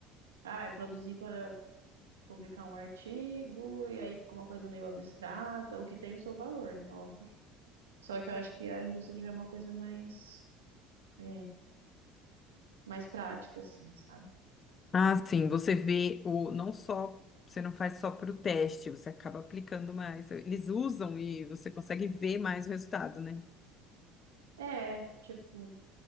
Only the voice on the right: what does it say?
Ah, é produzir para publicar um artigo, e aí fica uma coisa meio abstrata, o que tem o seu valor, né? Óbvio. Só que eu acho que a indústria já é uma coisa mais, é, mais prática, assim, sabe?
É, tipo,